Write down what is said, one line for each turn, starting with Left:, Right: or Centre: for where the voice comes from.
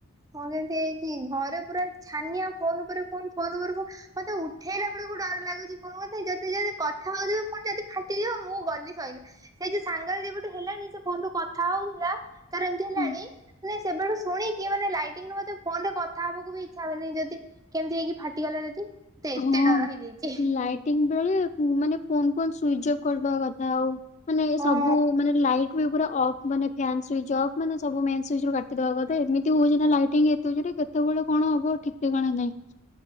Right: କଣ କେମତି। କି ଘରେ ପୁରା ଛାନିଆ ଫୋନ ଉପରେ କୁ ଫୋନ ଉପରେ। ମତେ ଉଠେଇଲା ବେଳକୁ ଡର ଲାଗୁଛି କଣ କହନ୍ତି ଯଦି ଯଦି କଥା ହଉଥିବି ଫୁଣି ଯଦି ଫାଟିଯିବ। ମୁଁ ଗଲି ସଇଲା ସେଇ ଯୋ ସାଙ୍ଗରେ ଯେବେଠୁ ହେଲାଣି ସେ ଫୋନ ରୁ କଥା ହଉଥିଲା ତାର ଏମିତି ହେଲାଣି।
Left: ହଁ।
Right: ମାନେ ସେବେଠୁ ଶୁଣିକି ମାନେ ଲାଇଟିଙ୍ଗ ଫୋନ କଥା ହବାକୁ ବି ଇଚ୍ଛା ହୁଏନି ଯଦି। କେମିତି ହେଇକି ଫାଟିଗଲା ଯଦି। ମତେ ଏତେ
Left: ହଁ
Right: ଡର ହେଇଯାଇଛି
Left: ଲାଇଟିଂ ବେଳେ ମାନେ ଫୋନ୍ ଫୋନ୍ ସୁଇଚ ଅଫ୍ କରିବା କଥା ଆଉ। ମାନେ
Right: ହଁ
Left: ସବୁ ମାନେ ଲାଇଟ୍। ପୁରା ଅଫ ମାନେ ଫାନ୍ ସୁଇଚ ଅଫ ମାନେ ସବୁ ମେନ୍ ସୁଇଚରୁ କାଟିଦବା କଥା ଏମିତି ହଉଛି ନା ଲାଇଟିଙ୍ଗ ଏତେ ଜୋରେ କେ କେତେବେଳେ କଣ ହବ ଠିକ୍ ଠିକଣା ନାଁଇ।